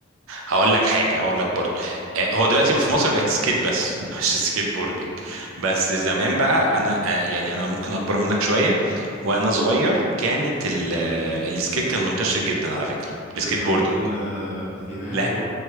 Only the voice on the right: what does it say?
هقول لك حاجة هقول لك برضو آه، هو دلوقتي في مصر بقت سكيت بس <laughs> مش سكيت بوردنج بس زمان بقى انا آه، يعني انا ممكن اكبر منك شوية وانا صغير كانت ال- آه، السكيت كان منتشر جدا على فكرة السكيت
بوردنج
لا